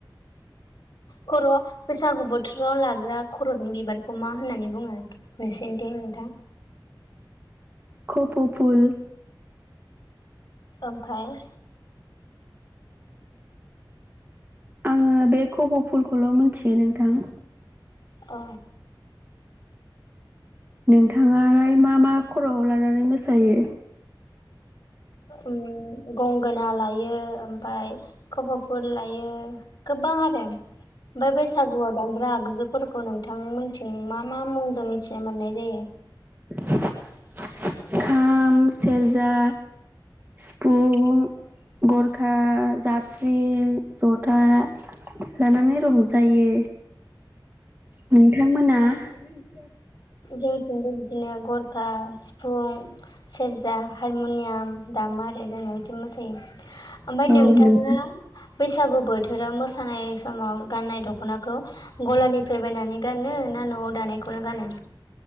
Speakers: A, on the left (about 45°); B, on the right (about 20°).
A: खर' बैसागु बोथोराव लाग्रा खर'नि बिबारखौ मा होननानै बुङो नोंसोरनिथिं नोंथां?
B: खप'फुल
A: ओमफ्राय।
B: आङो बे खप' फुलखौल' मिथियो नोंथां।
A: अ
B: नोंथाङालाय मा मा खर'आव लानानै मोसायो।
A: उम गंगोना लायो ओमफ्राय खफ'फुल लायो गोबां आरो। ओमफ्राय बैसागुयाव दामग्रा आग जुफोरखौ नोंथां मोनथिं मा मा मुंजों मिथिनो मोननाय जायो।
B: <inaudible> खाम सेरजा सिफुं गरखा जाबस्रिं जथा लानानै रंजायो। नोंथांमोना <unintelligible>
A: जोंथिंबो बिदिनो गरखा बुं सेरजा हारमनियाम दामा आरो जोंना बिदि मोसायो। ओमफ्राय नोंथाङा
B: औ नोंथां
A: बैसागु बोथोराव मोसानाय समाव गाननाय दख'नाखौ गलानिफ्राय बायनानै गानो ना न'आव दानायखौनो गानो।